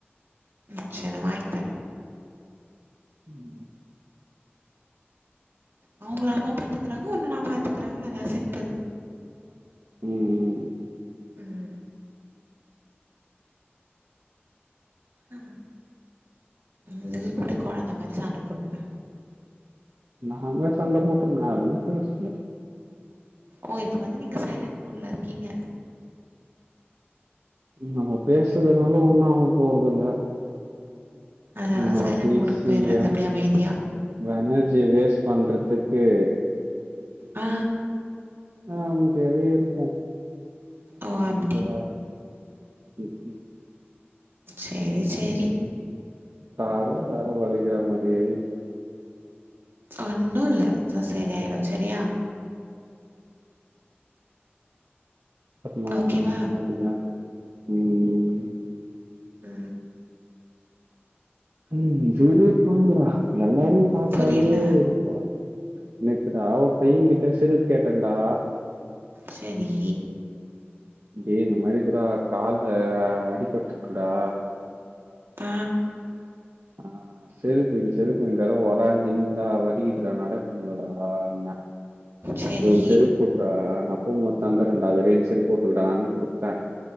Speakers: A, on the right; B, on the right.
A: ம் சேரி நா வாங்கி தர
B: ம்
A: அவுங்கள அம்மா பாத்துக்கறாங்க ஒன்ன நா பாத்துக்குற அவ்ளோதா சிம்பிள்
B: ம் ம்
A: ம் அ இதுக்கு போடு கொழந்த மாரி சண்ட போட்டு
B: நாங்ளா சண்ட போட்டுக்கு நாங்ளே பேஸ்ன
A: ஓ இப்ப வந்து நீங்க சைலண்ட் மூட்ல இருக்கீங்க
B: நம்ம பேசுறதுனால ஒன்னு ஆக போறதுல்ல
A: அதனால
B: இன்னு
A: சைலண்ட்
B: பேசி
A: மோடுக்கு போயிறது
B: என
A: அப்டியே அமைதியா
B: எனர்ஜிய வேஸ் பண்றதுக்கு
A: ஆ
B: ஆம்தியாவே இருப்போ
A: ஓ அப்டி
B: இவவேற ம் ம்
A: சேரி சேரி
B: கால்லா வேற வழிகிற மாரியே இருக்து
A: ஒன்னுல்ல வழ்ச்சா சரியாய்டு சரியா
B: பாத்தீங்ளா
A: ஓகேவா
B: விளாட்டுக்குலா வலிக்குது ம்
A: ஆ
B: ம் செரிப்போங்குறா எல்லாரு பாத்தாலே
A: புரியல
B: வெறுப்புதா நேத்துடா ஒரு பையன் கிட்ட செருப் கேட்டன்டா
A: செரி
B: டேய் இந்த மாரி இருக்துடா கால்ல அடிபட்ருக்குடா
A: ஆ
B: ஆ செருப்புன் செருப்பு இந்த தடவ ஒராஞ்சுன்னிங்குன்டா வலிக்கிதுடா நடக்குனும்லடா அண்ண
A: சரி
B: டே செருப் குட்றா நா போமோது தந்துரன்டா அதுவரி இந் செருப் போட்டுக்கிடான் குடத்த